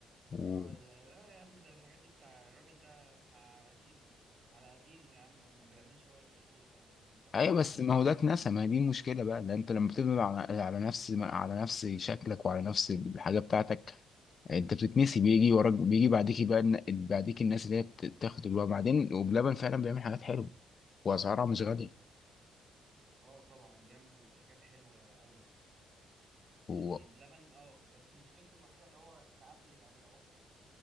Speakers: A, on the left; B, on the right.
A: و...
B: اه لا لا يا عم ده الحاجات دي بتاع الراجل ده بتاع قديمه على قديمه يا عم ما بيعملش هو القشطوطة والمدلعة
A: ايوه بس
B: وال...
A: ما هو ده اتنسى ما هي دي المشكله بقى لان انت لما بتبني على على نفس على نفس شكلك وعلى نفس الحاجه بتاعتك انت بتتنسي بيجي وراك بيجي بعديك بقى الن- بعديك الناس اللي هي بت- بتاخد الوقت بعدين وبلبن فعلا بيعمل حاجات حلوه واسعارها
B: بلبن
A: مش غاليه
B: اه طبعا بيعمل حاجات حلوة قوي يعني
A: هو
B: بلبن اه بس مشكلته الوحيدة اللي هو ساعات بيبقى بيعق